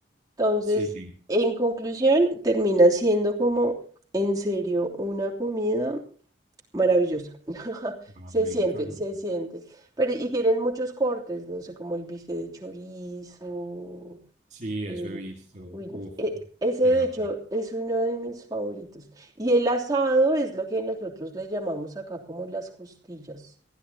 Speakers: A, on the right; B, on the right.
A: Entonces,
B: Sí,
A: en conclusión, termina siendo como en serio una comida Maravillosa. <laughs>
B: ah,
A: Se
B: me
A: siente,
B: encanta.
A: se siente. Pero, y tienen muchos cortes, no sé, como el bife de chorizo.
B: Sí,
A: mm,
B: eso he visto.
A: uy, no,
B: Uf,
A: e- ese
B: ya.
A: de hecho es uno de mis favoritos. Y el asado es lo que nosotros le llamamos acá como las costillas.